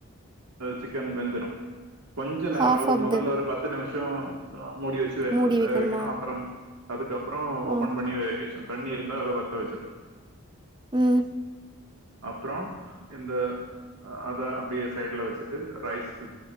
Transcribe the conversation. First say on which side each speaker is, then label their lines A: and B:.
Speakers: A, on the right; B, on the right.
A: சிக்கன் வெந்துரும் கொஞ்ச நேரம்
B: ஹாஃப்
A: ஒரு
B: ஆஃப்
A: முதல்ல
B: த
A: ஒரு பத்து நிமிஷோ மூடி வச்சு வே
B: மூடி
A: வே
B: வைக்கணுமா
A: வைக்கணு அப்புறம் அது அப்புறோ ஓபன்
B: ஆ
A: பண்ணிய வ தண்ணி இருந்தா அத பத்த வச்சிரு
B: ம்
A: அப்புறோ இந்த அத அப்படியே சைடுல வச்சுட்டு ரைஸ்கு